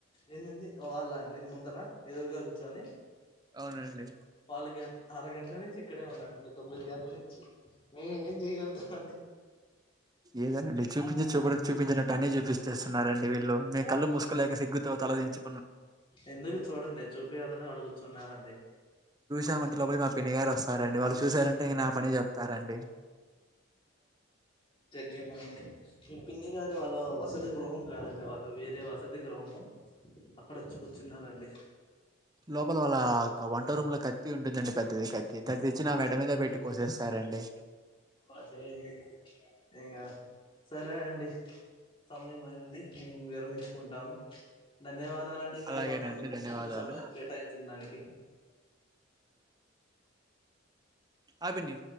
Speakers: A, on the left; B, on the right.
A: ఇదేంది. వాళ్ళా అండి ముందరా ఎదురుగా కూర్చొని
B: అవునండి
A: వాళ్ళు గ్యాన్ అర గంట నుంచి ఇక్కడే ఉన్నారండి. తొమ్మిది గంటల నుంచి మీ ఏం జే యగలుతాం అండి.
B: ఏదేనండి. చూపించి చూపుడు చూపించనట్టు అన్ని జూపిచ్చేస్తున్నారండి. వీళ్ళు మేము కళ్ళు మూసుకోలేక సిగ్ గ్గుతో తలదించు
A: ఎందుకు చూడంది. చూపియ్యాలనే ఆడగుచ్చున్నారండి.
B: తామంటే లోపల మా పిన్ని గారు వస్సన్నారండి వాళ్ళు చూసారంటే ఇగా నా పనే జేప్తారండి.
A: గేమండి. మీ పిన్ని గారు వాళ్ళ వసతి గృహం కాదండి. వాళ్ళు వేరే వసతి గృహము అక్కడొచ్చి కూర్చున్నారండి.
B: లోపల వళ్ళా ఒక వంట రూమ్ లో కత్తి ఉంటదండి. పెద్దది కత్తి దగ్ దేచ్చినామేన్ ఏ మీద బెట్టి కోసేస్తారండి.
A: వసైంది. ఇగా సరే అండి. సమయం మైనిది మేము విరమించుకుంటాము. ధన్యవాదాలండి మీరు
B: అలాగేనండి
A: మాతో
B: ధన్యవాదాలు
A: ఇంత సమయం కేటాయించిదాని
B: అభిని